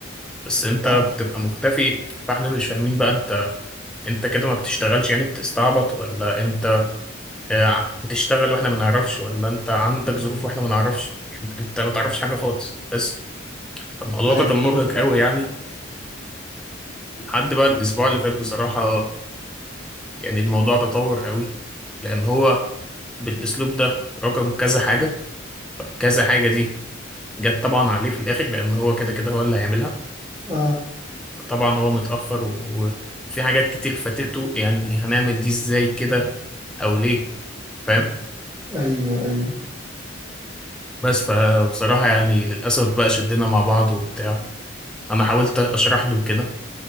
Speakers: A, in the centre; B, on the right.
A: بس انت
B: صح
A: بتبقى مختفي فاحنا مش فاهمين بقى انت انت كده ما بتشتغلش يعني بتستعبط ولا انت آه، بتشتغل واحنا ما نعرفش ولا انت عندك ظروف واحنا ما نعرفش انت انت ما تعرفش حاجه خالص بس الموضوع
B: ايوه
A: ده كان مرهق قوي يعني لحد بقى الاسبوع اللي فات بصراحه يعني الموضوع تطور قوي لان هو بالاسلوب ده رقم كذا حاجه كذا حاجه دي جت طبعا عليه في الاخر لان هو كده كده هو اللي هيعملها
B: اه
A: فطبعا هو متاخر و- وفي حاجات كتير فاتته يعني هنعمل دي ازاي كده او ليه فاهم
B: ايوه ايوه
A: بس فبصراحه يعني للاسف بقى شدنا مع بعض وبتاع انا حاولت اشرح له كده